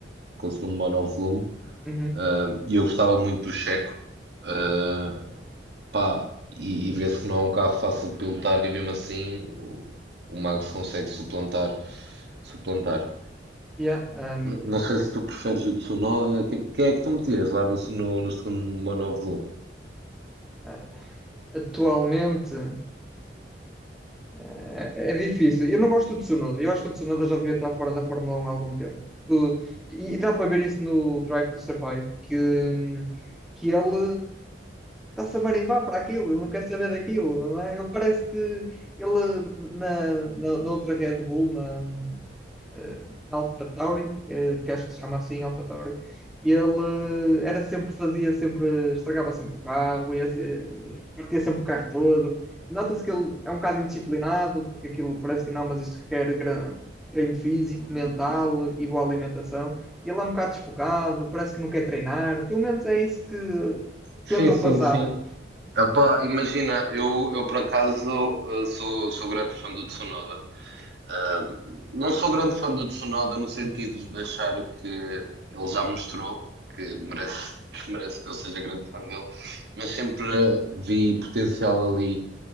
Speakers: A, on the right; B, in the centre.
A: com o segundo monovolume,
B: Uhum.
A: ah, e eu gostava muito do Checo, ah, pá, e, e vê-se que não é um carro fácil de pilotar e mesmo assim o, o Max consegue suplantar, suplantar.
B: Yeah, um,
A: N- Não sei se tu preferes o Tsunoda. que- Quem é que tu metias lá no, no, no segundo monóvulo?
B: a- atualmente eh, é, difícil. Eu não gosto do Tsunoda. Eu acho que o Tsunoda já devia estar fora da Fórmula 1 há algum tempo. O- e, e dá para ver isso no Drive to Survive, que, hum, que ele está-se a marimbar para aquilo, ele não quer saber daquilo, não é? Ele parece que ele na, na, na outra Red Bull, na, eh, Alpha Tauri, eh, que acho que se chama assim, Alpha Tauri, E ele eh, era sempre, fazia sempre, estragava sempre o carro, ia, se- partia sempre o carro todo. Nota-se que ele é um bocado indisciplinado, porque aquilo parece que não, mas isto requer gran- treino físico, mental e boa alimentação. E ele é um bocado desfocado, parece que não quer treinar, pelo menos é isso que
A: Sim,
B: tentam
A: sim,
B: passar.
A: sim. Epá, imagina, eu, eu por acaso eh, sou, sou grande fã do Tsunoda. Ah, não sou grande fã do Tsunoda no sentido de achar que ele já mostrou que merece, que merece que eu seja grande fã dele, mas sempre eh, vi potencial ali